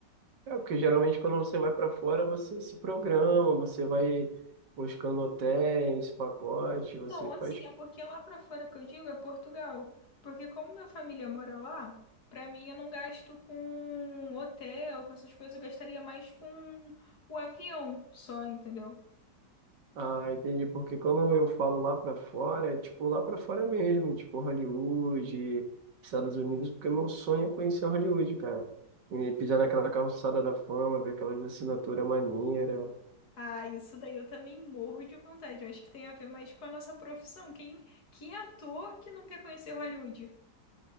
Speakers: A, on the right; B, on the left.
A: é porque geralmente quando você vai para fora, você se programa, você vai buscando hotéis, pacote, você
B: Não,
A: faz.
B: assim, é porque lá pra fora que eu digo é Portugal. Porque como minha família mora lá, pra mim eu não gasto com hotel, com essas coisas, eu gastaria mais com o avião só, entendeu?
A: Ah, entendi, porque quando eu falo lá pra fora, é tipo lá pra fora mesmo, tipo Hollywood, Estados Unidos, porque meu sonho é conhecer Hollywood, cara. E pisar naquela calçada da fama, ver aquelas assinaturas maneiras.
B: Ah, isso daí eu também morro de vontade. Eu acho que tem a ver mais com a nossa profissão. Quem, que ator que não quer conhecer Hollywood?